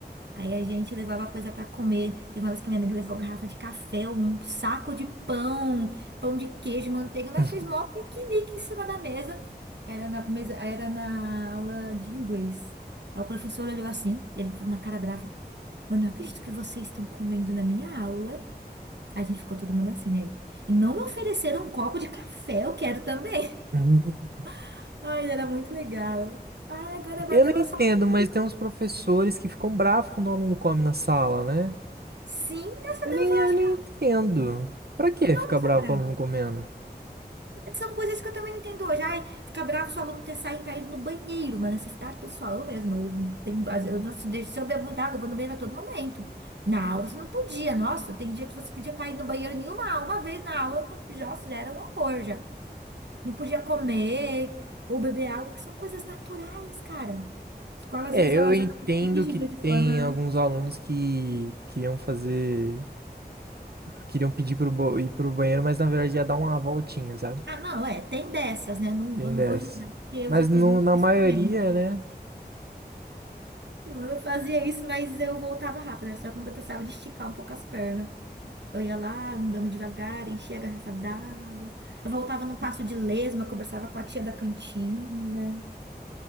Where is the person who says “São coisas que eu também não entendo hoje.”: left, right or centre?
Right